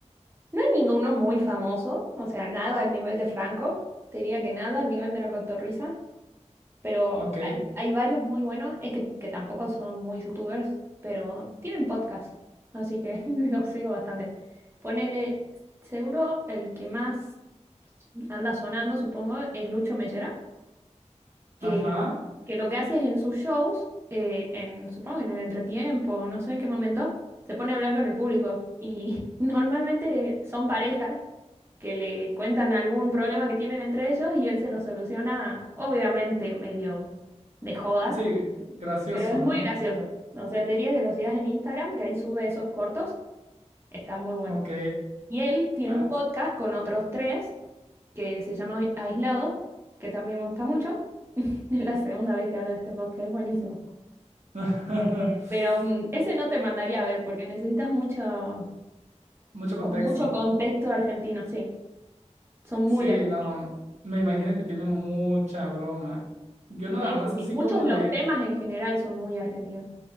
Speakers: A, on the right; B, on the right.
A: No hay ninguno muy famoso, o sea, nada al nivel de Franco, te diría que nada al nivel de La Cotorrisa, pero
B: Ok,
A: hay, hay varios muy buenos, es que, que tampoco son muy youtubers, pero tienen podcast, así que <laughs> los sigo bastante. Ponele, seguro el que más anda sonando, supongo, es Lucho Mellera que,
B: ajá,
A: que lo que hace es en sus shows, eh, en, supongo que en el entretiempo, no sé en qué momento, se pone a hablar con el público y <laughs> normalmente son parejas que le cuentan algún problema que tienen entre ellos y él se lo soluciona, obviamente medio de joda,
B: sí, gracioso,
A: pero es muy
B: ¿no?
A: gracioso. O sea, te diría que lo sigas en Instagram, que ahí sube esos cortos, está muy bueno.
B: Ok,
A: Y él tiene
B: ah,
A: un podcast con otros tres que se llama Aislado, que también me gusta mucho. <laughs> Es la segunda vez que hablo de este podcast, es buenísimo.
B: <laughs>
A: Eh, pero mm, ese no te mandaría a ver porque necesitas mucho,
B: Mucho contexto.
A: con mucho contexto argentino, sí. Son muy
B: Sí,
A: argentinos.
B: no, me imagino que tiene mucha broma. Yo nada
A: Sí,
B: más
A: sí, sí.
B: así
A: Muchos
B: como
A: los
B: de,
A: temas en general son muy argentinos.